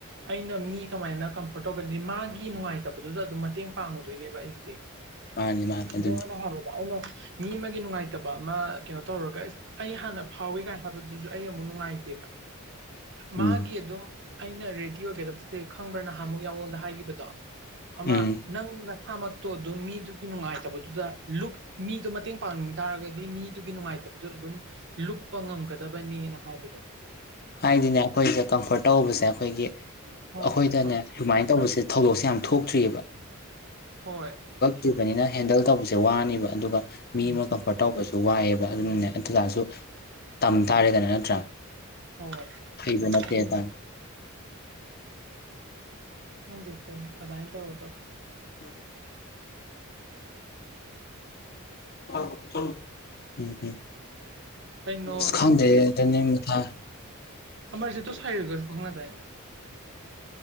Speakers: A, on the right; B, on the left.
A: ꯑꯩꯅ ꯃꯤ ꯀꯃꯥꯏꯅ ꯀꯝꯐꯣꯔꯠ ꯇꯧꯒꯗ ꯃꯥꯒꯤ ꯅꯨꯡꯉꯥꯏꯇꯕꯗꯨꯗ ꯑꯗꯨꯝ ꯃꯇꯦꯡ ꯄꯥꯡꯉꯨꯗꯣꯏꯅꯦꯕ ꯑꯩꯁꯦ
B: ꯃꯥꯅꯤ ꯃꯥꯅꯤ
A: ꯁꯗꯝ
B: ꯑꯗꯨꯅꯤ
A: ꯑꯣꯏꯅ ꯍꯥꯏꯔꯕꯗ ꯑꯩꯅ ꯃꯤ ꯑꯃꯒꯤ ꯅꯨꯡꯉꯥꯏꯇꯕ ꯑꯃ ꯀꯩꯅꯣ ꯇꯧꯔꯒ ꯑꯩ ꯍꯥꯟꯅ ꯐꯥꯎꯋ ꯀꯥꯏꯅ ꯍꯥꯏꯕꯗꯨꯁꯨ ꯑꯩ ꯑꯃꯨꯛ ꯅꯨꯡꯉꯥꯏꯇꯦꯕ ꯃꯥꯒꯤ
B: ꯎꯝ
A: ꯑꯗꯨꯝ ꯑꯩꯅ ꯔꯦꯗꯤ ꯑꯣꯏꯒꯗꯕꯁꯦ ꯈꯪꯕ꯭ꯔꯥ ꯅꯍꯃꯨ ꯌꯥꯋꯣꯜꯗ ꯍꯥꯏꯈꯤꯕꯗꯣ ꯑꯃ
B: ꯎꯝ
A: ꯅꯪ ꯏꯁꯥꯃꯛꯇꯣ ꯑꯗꯨꯝ ꯃꯤꯗꯨꯒꯤ ꯅꯨꯡꯉꯥꯏꯇꯕꯗꯨꯗ ꯂꯨꯞ ꯃꯤꯗꯣ ꯃꯇꯦꯡ ꯄꯥꯡꯅꯤꯡ ꯇꯥꯔꯒꯗꯤ ꯃꯤꯗꯨꯒꯤ ꯅꯨꯡꯉꯥꯏꯇ ꯇꯕꯗꯨ ꯑꯗꯨꯝ ꯂꯨꯞꯄ ꯉꯝꯒꯗꯕꯅꯦꯅ ꯍꯥꯏꯕꯗꯣ
B: ꯍꯥꯏꯗꯤꯅꯦ ꯑꯩꯈꯣꯏꯗ ꯀꯝꯐꯣꯔꯠ ꯇꯧꯕꯁꯦ ꯑꯩꯈꯣꯏꯒꯤ
A: ꯍꯣꯏ
B: ꯑꯩꯈꯣꯏꯗꯅꯦ
A: ꯍꯣꯏ ꯍꯣꯏ
B: ꯑꯗꯨꯃꯥꯏꯅ ꯇꯧꯕꯁꯦ ꯊꯧꯗꯣꯛꯁꯦ ꯌꯥꯝ ꯊꯣꯛꯇ꯭ꯔꯤꯑꯕ
A: ꯍꯣꯏ
B: ꯍꯧꯈꯤꯕꯅꯤꯅ ꯍꯦꯟꯗꯜ ꯇꯧꯕꯁꯦ ꯋꯥꯅꯦꯕ ꯑꯗꯨꯒ ꯃꯤ
A: ꯎꯝ
B: ꯑꯃ ꯀꯝꯐꯔꯠ ꯇꯧꯕꯁꯨ ꯋꯥꯏꯑꯦꯕ ꯑꯗꯨꯅꯅꯦ ꯑꯗꯨꯇꯥꯁꯨ ꯇꯝ ꯇꯥꯔꯦꯗꯅ ꯅꯠꯇ꯭ꯔꯥ
A: ꯍꯣꯏ
B: ꯍꯩꯕ ꯅꯠꯇꯦ
A: ꯑꯗꯨ
B: ꯇꯥꯔꯦ
A: ꯍꯁꯦ ꯑꯗꯨꯗꯥꯏ ꯇꯧꯔ
B: ꯃ ꯅ ꯀꯣ ꯆ ꯎꯝꯝ
A: ꯀꯩꯅꯣ
B: ꯁ ꯈꯪꯗꯦ ꯑꯗꯨꯅꯤ ꯃꯊꯥ
A: ꯑꯔꯁꯨ ꯇ ꯁꯏꯔꯒꯁ ꯀꯈꯅ ꯇꯥꯏꯅ